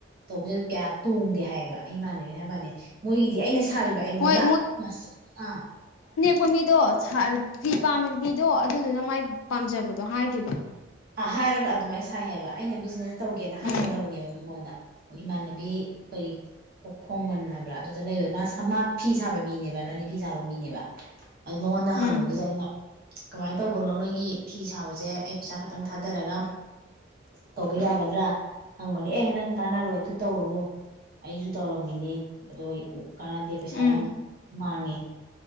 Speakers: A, on the right; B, on the left.
A: ꯇꯧꯕꯁꯤ ꯀꯌꯥ ꯇꯣꯡꯗꯦ ꯍꯥꯏꯌꯦꯕ ꯏꯃꯥꯟꯅꯅꯕꯅ ꯍꯥꯏꯕꯅꯦ ꯃꯣꯏꯒꯤꯗꯤ ꯑꯩꯅ ꯊꯥꯏꯕ ꯏꯉꯣꯟꯗ
B: ꯍꯣꯏ
A: ꯃꯁ ꯑ
B: ꯑꯩꯈꯣꯏ ꯃꯤꯗꯣ ꯐ ꯄꯥꯝꯃꯤꯕ ꯃꯤꯗꯣ ꯑꯗꯨꯗꯨꯅ ꯃꯥꯏ ꯄꯥꯝꯖꯕꯗꯣ ꯍꯥꯏꯈꯤꯕ
A: ꯑ ꯍꯥꯏꯔꯒ ꯑꯗꯨꯃꯥꯏꯅꯦ ꯁꯥꯏ ꯍꯥꯏꯕ ꯑꯩꯅ ꯕꯤꯖꯤꯅꯦꯁ ꯇꯧꯒꯦꯅ ꯍꯪꯉꯨꯔꯕꯅꯦꯕ
B: ꯎꯝ
A: ꯃꯉꯣꯟꯗ ꯏꯃꯥꯟꯅꯕꯤ ꯀꯔꯤ ꯑꯣꯈꯣꯡ ꯃꯅꯨꯡꯅ ꯑꯗꯨ ꯂꯩꯕ ꯃꯥ ꯐꯤꯁ ꯁꯥꯕ ꯃꯤꯅꯦꯕ ꯔꯥꯅꯤ ꯐꯤ ꯁꯥꯕ ꯃꯤꯅꯦꯕ ꯑꯗꯨꯗꯣ ꯃꯉꯣꯟꯗ ꯍꯪꯕꯗꯨꯗ
B: ꯎꯝ
A: ꯑꯩꯅ ꯀꯃꯥꯏꯅ ꯇꯧꯕꯅꯣ ꯅꯣꯏꯒꯤ ꯐꯤ ꯁꯥꯕꯁꯦ ꯑꯩ ꯄꯩꯁꯥ ꯈꯛꯇ ꯈꯤꯇꯪ ꯊꯥꯗꯔꯒ ꯇꯧꯕ ꯌꯥꯒꯗ꯭ꯔꯥ ꯍꯪꯕꯅꯤ ꯑꯦ ꯅꯪ ꯀꯥꯟꯅꯔꯣꯏ ꯑꯗꯨ ꯇꯧꯔꯨꯅꯨ ꯑꯩꯁꯨ ꯇꯧꯔꯝꯃꯤꯅꯤ ꯑꯗꯣ ꯀꯥꯟꯅꯗꯦ ꯄꯩꯁꯥ
B: ꯎꯝ
A: ꯌꯥꯝ ꯃꯥꯡꯉꯦ